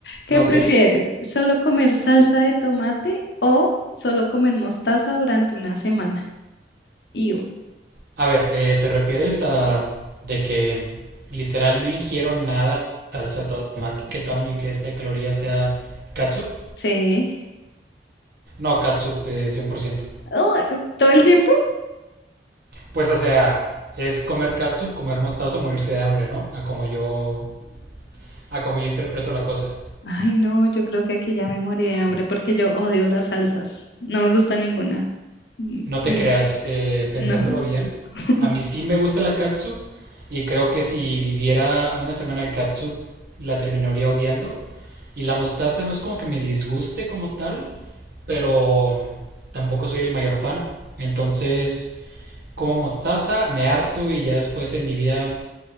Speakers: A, on the left; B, on the right.
A: ¿Qué
B: Ok.
A: prefieres? ¿Solo comer salsa de tomate o solo comer mostaza durante una semana? Iu,
B: A ver, eh, ¿te refieres a de que literal no ingiero nada de salsa de tomate, que toda mi ingesta de calorías sea catsup?
A: sí.
B: No, catsup eh, cien por ciento
A: Oh, ¿todo el tiempo?
B: Pues o sea, es comer catsup, comer mostaza o morirse de hambre, ¿no? A como yo, a como yo interpreto la cosa.
A: Ay, no, yo creo que aquí ya me morí de hambre porque yo odio las salsas. No me gusta ninguna. Mm,
B: No te
A: mm,
B: creas, eh,
A: No.
B: pensándolo bien,
A: <laughs>
B: a mí sí me gusta la catsup y creo que si viviera una semana de catsup la terminaría odiando. Y la mostaza no es como que me disguste como tal, pero mm, tampoco soy el mayor fan. Entonces, como mostaza, me harto y ya después en mi vida